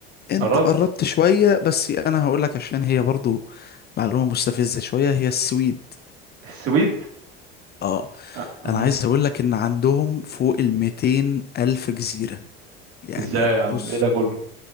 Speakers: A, on the left (about 35°); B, on the right (about 50°).
A: أنت
B: قربت
A: قربت شوية بس أنا هقول لك عشان هي برضو معلومة مستفزة شوية هي السويد
B: السويد
A: اه
B: آه، مم.
A: أنا عايز أقول لك إن عندهم فوق الميتين ألف جزيرة يعني
B: إزاي يا عم
A: بص
B: إيه ده كله